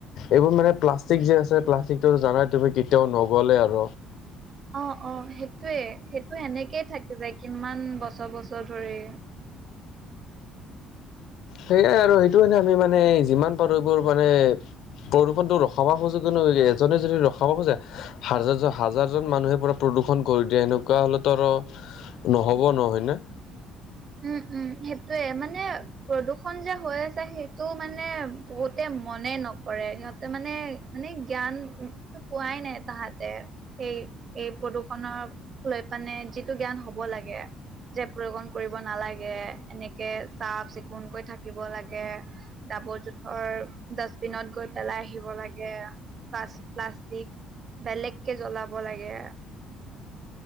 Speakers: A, on the left; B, on the right.
A: এইবোৰ মানে প্লাষ্টিক যে আছে প্লাষ্টিকটো জানাই তুমি কেতিয়াও নগলে আৰ।
B: অ অ সেইটোয়ে সেইটো সেনেকেই থাকে যায় কিমান বছৰ বছৰ ধৰি।
A: সেইয়াই আৰু সেইটো হানে আমি মানে যিমান পাৰোঁ এইবোৰ মানে প্ৰদূষণটো ৰখাব খোজো কিনো এজনে যদি ৰখাব খোজে হাজাৰজন হাজাৰজন মানুহে পুৰা প্ৰদূষণ কৰি দিয়ে সেনেকুৱা হলেতো আৰ। নহ'ব নহয়নে।
B: উম উম সেইটোয়ে মানে প্ৰদূৰ্ষণ যে হৈ আছে সেইটো মানে বহুতে মনে নকৰে সিহঁতে মানে মানে জ্ঞানটো পোৱাই নাই তাহাঁতে সেই এই প্ৰদূষণৰ লৈ পানে যিটো জ্ঞান হ'ব লাগে যে প্ৰয়োগন কৰিব নালাগে এনেকে চাফ-চিকুণ কৈ থাকিব লাগে। জাবৰ-জোথৰ ডাষ্টবিনত গৈ পেলাই আহিব লাগে। পা প্লাষ্টিক বেলেগ কে জ্বলাব লাগে।